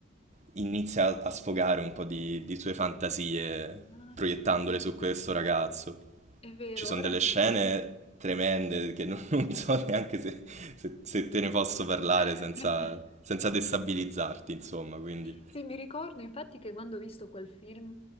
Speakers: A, on the right; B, on the left.
A: inizia a sfogare un po' di, di sue fantasie
B: Ah
A: proiettandole
B: sì, è vero.
A: su questo ragazzo.
B: È vero,
A: Ci sono
B: ora
A: delle
B: mi
A: scene
B: ricordo.
A: tremende che non, non so neanche se, se- se te ne posso parlare
B: <laughs>
A: senza, senza destabilizzarti, insomma, quindi...
B: Sì, mi ricordo infatti che quando ho visto quel film